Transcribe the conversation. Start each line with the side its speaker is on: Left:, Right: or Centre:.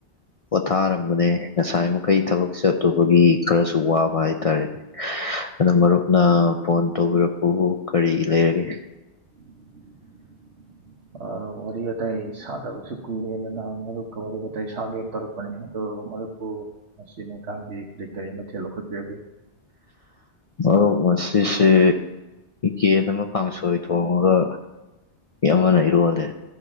Left: ꯄꯣꯊꯥꯔꯝꯕꯅꯦ ꯉꯁꯥꯏ ꯃꯈꯩ ꯊꯕꯛ ꯆꯠꯂꯨꯕꯒꯤ ꯈꯔꯁꯨ ꯋꯥꯕ ꯍꯥꯏꯇꯥꯔꯦꯅꯦ ꯑꯗꯣ ꯃꯔꯨꯞꯅ ꯐꯣꯟ ꯇꯧꯕꯤꯔꯛꯄꯕꯨ ꯀꯔꯤ ꯂꯩꯔꯒꯦ
Right: <inaudible> ꯑ ꯋꯥꯔꯤ ꯋꯥꯇꯥꯏ ꯁꯥꯗꯕꯁꯨ ꯀꯨꯏꯔꯦꯗꯅꯗꯨ ꯋꯥꯔꯤ ꯋꯥꯇꯥꯏ ꯁꯥꯒꯦꯅ ꯇꯧꯔꯛꯄꯅꯦ ꯑꯗꯣ ꯃꯔꯨꯞꯄꯨ ꯃꯁꯤ ꯃꯇꯥꯡꯗꯤ ꯀꯔꯤ ꯀꯔꯤ ꯃꯊꯦꯜ ꯂꯧꯈꯠꯄꯤꯔꯒꯦ
Left: ꯑꯣ ꯉꯁꯤꯁꯦ ꯌꯦꯟ ꯑꯃ ꯀꯥꯡꯁꯣꯏ ꯊꯣꯡꯉꯒ ꯑꯃꯅ ꯏꯔꯣꯜꯂꯦ